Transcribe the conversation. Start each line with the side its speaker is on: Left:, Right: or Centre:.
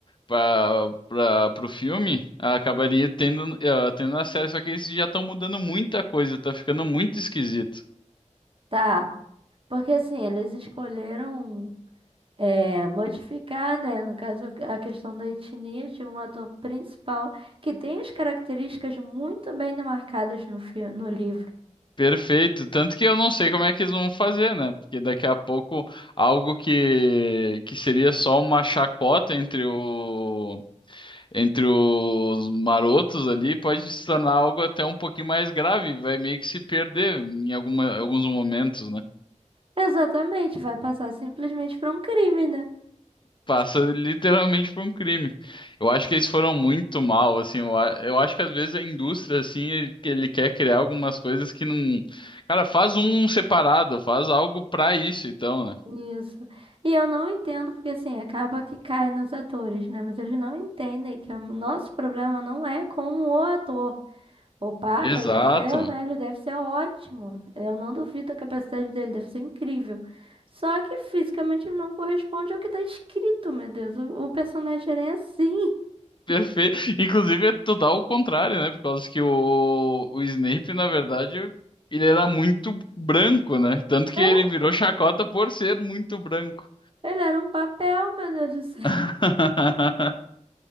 Left: para, para, pro filme, acabaria tendo, eh, tendo na série. Só que eles já estão mudando muita coisa, tá ficando muito esquisito.
Right: Tá. Porque assim, eles escolheram é, modificar, né? No caso, a questão da etnia de um ator principal que tem as características muito bem marcadas no, fi- no livro.
Left: Perfeito. Tanto que eu não sei como é que eles vão fazer, né? Porque daqui a pouco algo que, que seria só uma chacota entre o, entre os marotos ali pode se tornar algo até um pouquinho mais grave. Vai meio que se perder em alguma, alguns momentos, né?
Right: Exatamente, vai passar simplesmente para um crime, né?
Left: Passa literalmente por um crime. Eu acho que eles foram muito mal, assim. Eu, a- eu acho que às vezes a indústria, assim, ele, ele quer criar algumas coisas que não. Cara, faz um separado, faz algo pra isso, então, né?
Right: Isso. E eu não entendo, porque assim, acaba que cai nos atores, né? Mas eles não entendem que o nosso problema não é com o ator. O Papa
Left: Exato.
Right: do céu, né? Ele deve ser ótimo. Eu não duvido a capacidade dele, deve ser incrível. Só que fisicamente ele não corresponde ao que tá escrito, meu Deus. O, o personagem era assim.
Left: Perfeito. Inclusive é total o contrário, né? Por causa que o, o Snape, na verdade, ele era muito branco, né? Tanto
Right: <laughs>
Left: que
Right: é
Left: ele virou chacota por ser muito branco.
Right: Ele era um papel, meu Deus do céu.
Left: <laughs>